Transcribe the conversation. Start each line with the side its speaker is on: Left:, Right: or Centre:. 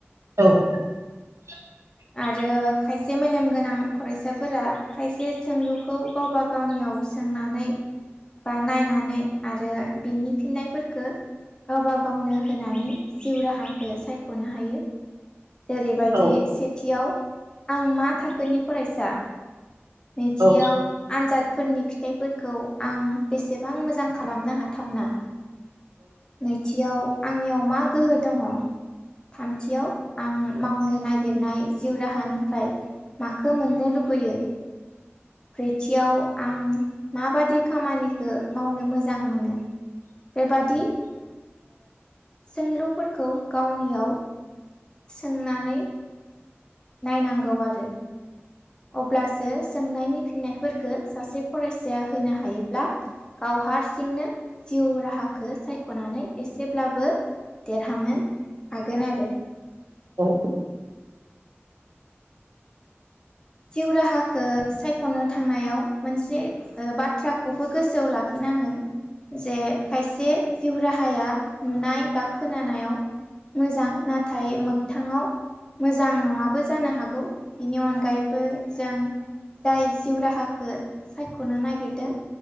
Right: औ <inaudible>
Left: आरो खायसे मेलेमगोनां फरायसाफोरा खायसे सोंलुखौ गावबा गावनियाव सोंनानै बा नायनानै आरो बिनि फिननायफोरखौ गावबागावनो होनानै जिउ राहाखौ सायख'नो हायो जेरैबायदि
Right: औ
Left: सेथियाव आं मा थाखोनि फरायसा नैथियाव
Right: औ
Left: आनजाद फोरनि फिथाइफोरखौ आं बेसेबां मोजां खालामनो हाथावना नैथियाव आंनियाव मा गोहो दङ थामथियाव आं मावनो नागिरनाय जिउ राहानिफ्राय माखौ मोननो लुबैयो ब्रैथियाव आं माबादि खामानिखौ मावनो मोजां मोनो बेबादि सोंलुफोरखौ गावनियाव सोंनानै नायनांगौ आरो अब्लासो सोंनायनि फिन्नायफोरखौ सासे फरायसाया होनो हायोब्ला गाव हारसिंनो जिउ राहाखौ सायख'नानै एसेब्लाबो देरहानो हागोन आरो
Right: औ।
Left: जिउ राहाखौ सायख'नो थांनायाव मोनसे बाथ्राखौबो गोसोआव लाखिनो नांगोन जे खायसे जिउ राहाया नुनाय बा खोनानायाव मोजां नाथाय मोगथाङाव मोजां नङाबो जानो हागौ बिनि अनगायै जों जाय जिउ राहाखौ सायख'नो नागिरदों